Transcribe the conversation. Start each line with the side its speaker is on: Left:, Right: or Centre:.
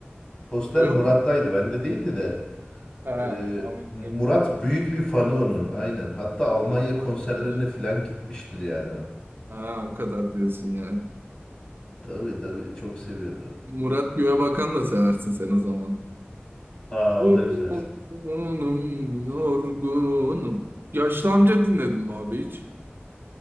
Left: Poster
Right: Yok
Left: Murat'taydı,
Right: mu?
Left: bende değildi de.
Right: Ha,
Left: Ee,
Right: Amerika'yı
Left: Murat büyük bir fanı onun, aynen. Hatta Almanya
Right: bir
Left: konserlerine
Right: arkadaş.
Left: falan gitmiştir yani o.
Right: Ha, o kadar diyorsun yani.
Left: Tabii tabii çok seviyordu.
Right: Murat Göğebakan da seversin sen o zaman.
Left: Aa
Right: Vurgunum,
Left: o da güzel.
Right: yorgunum. Yaşlı amca dinledim mi abi hiç?